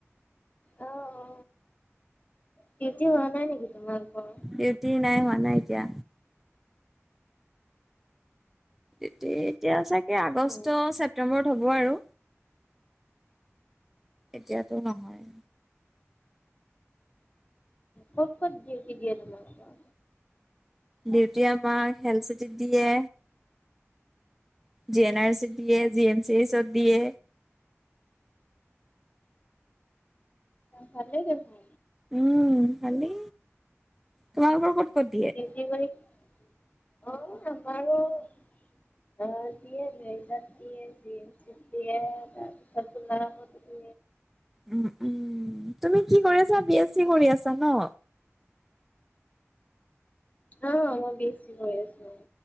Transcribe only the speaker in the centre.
ডিউটি নাই, হোৱা নাই এতিয়া। এতি-এতিয়া চাগে আগষ্ট,
ছেপ্তেম্বৰত হ'ব আৰু। এতিয়াতো নহয়।
ডিউটি আমাক হেলথ চিটিত দিয়ে। জি এন আৰ চিত দিয়ে, জি এম চি এইচত দিয়ে।
উম, খালি। তোমালোকৰ ক'ত
দিয়ে
উম, উম, তুমি কি কৰি আছা বি এছ চি কৰি আছা ন।